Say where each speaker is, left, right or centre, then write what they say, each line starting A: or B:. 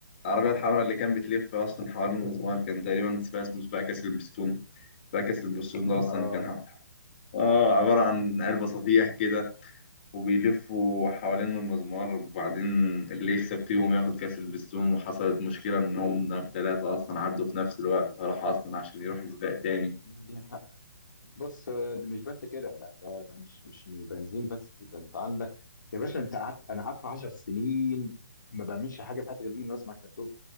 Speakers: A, on the left; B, on the left.
A: العربيه
B: طبعا
A: الحمراء اللي كان بتلف اصلا حوالين المزمار كان تقريبا سباق اسمه سباق كاس البستون سباق كاس البستون ده اصلا
B: اه
A: كان ح- اه عباره عن علبه صفيح كده وبيلفوا حوالين المزمار وبعدين اللي يكسب فيهم ياخد كأس البستون وحصلت مشكلة إن هم التلاتة أصلا عدوا في نفس الوقت فراح أصلا عشان يروح سباق تاني
B: دي حق بص آه، ده مش بس كده ده ده, ده مش مش مش بنزين بس ده انت عندك يا باشا انت قعدت انا قعدت 10 سنين ما بعملش حاجه في حياتي غير اني بسمع كرتون